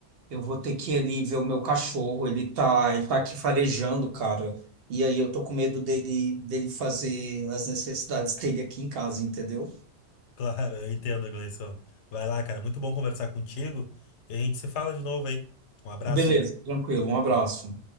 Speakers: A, on the right; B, on the left.
A: eu vou ter que ir ali ver o meu cachorro, ele tá, ele tá aqui farejando, cara. E aí eu tô com medo dele dele fazer as necessidades dele aqui em casa, entendeu?
B: Claro, eu entendo, Gleison. Vai lá, cara. Muito bom conversar contigo. E a gente se fala de novo aí. Um abraço.
A: Beleza, tranquilo. Um abraço.